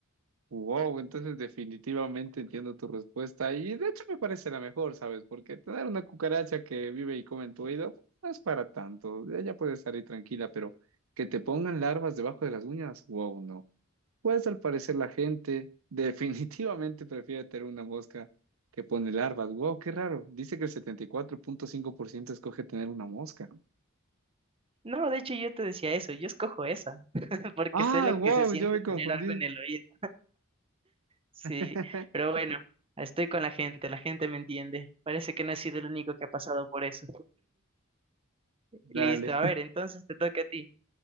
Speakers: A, on the right; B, on the right.
A: Wow, entonces definitivamente entiendo tu respuesta y de hecho me parece la mejor, ¿sabes? Porque tener una cucaracha que vive y come en tu oído pues, no es para tanto, ella puede estar ahí tranquila, pero que te pongan larvas debajo de las uñas, wow, no. Pues al parecer la gente definitivamente <laughs> prefiere tener una mosca que pone larvas, wow, qué raro. Dice que el 74.5% escoge tener una mosca.
B: No, de hecho yo te decía eso, yo escojo esa, <laughs> porque
A: Ah,
B: sé lo
A: wow,
B: que se siente
A: yo me
B: tener
A: confundí.
B: algo en el oído. Sí,
A: <laughs>
B: pero bueno, estoy con la gente, la gente me entiende. Parece que no he sido el único que ha pasado por eso.
A: Dale,
B: Listo, a ver, entonces te toca a ti.